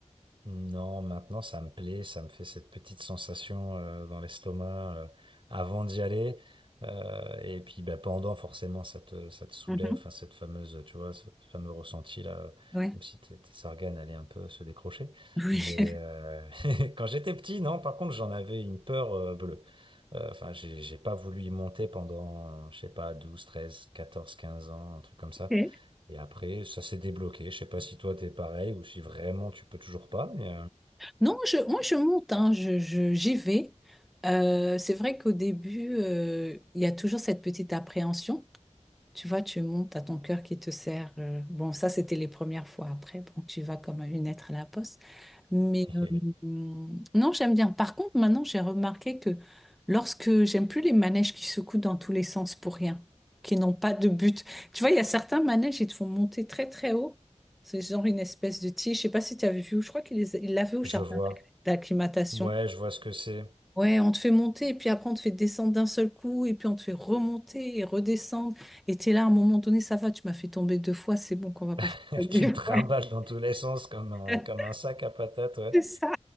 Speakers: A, on the right; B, in the centre.
A: Non, maintenant ça me plaît, ça me fait cette petite sensation euh, dans l'estomac euh, avant d'y aller. Euh, et puis bah, pendant, forcément, ça te, ça te soulève,
B: Mhm.
A: enfin, cette fameuse, tu vois, ce fameux ressenti là, euh,
B: Ouais.
A: même si tes, tes organes allaient un peu se décrocher.
B: Oui.
A: Mais euh, <laughs> quand j'étais petit, non, par contre, j'en avais une peur euh, bleue. Euh, Enfin, j'ai j'ai pas voulu y monter pendant, je sais pas, 12, 13, 14, 15 ans, un truc comme ça.
B: Ok.
A: Et après, ça s'est débloqué. Je sais pas si toi t'es pareil ou si vraiment tu peux toujours pas, mais
B: Non, je, moi je monte, hein, je, je- j'y vais. Euh, c'est vrai qu'au début, euh, il y a toujours cette petite appréhension, Tu vois, tu montes à ton cœur qui te serre. euh, Bon, ça, c'était les premières fois. Après, bon, tu vas comme une lettre à la poste. Mais euh,
A: euh, <laughs>
B: non, j'aime bien. Par contre, maintenant, j'ai remarqué que lorsque j'aime plus les manèges qui secouent dans tous les sens pour rien, qui n'ont pas de but. Tu vois, il y a certains manèges, ils te font monter très, très haut. C'est genre une espèce de tige. Je sais pas si tu avais vu. Je crois qu'il les- il l'avait au
A: je
B: jardin
A: vois.
B: d'acc- d'acclimatation.
A: Ouais, je vois ce que c'est.
B: Ouais, on te fait monter et puis après on te fait descendre d'un seul coup et puis on te fait remonter et redescendre. Et t'es là, à un moment donné, ça va, tu m'as fait tomber deux fois, c'est bon qu'on va pas
A: <laughs>
B: faire ça deux
A: Tu me trimbales
B: fois.
A: dans tous les sens comme un,
B: <laughs>
A: comme un sac à patates, ouais.
B: C'est ça,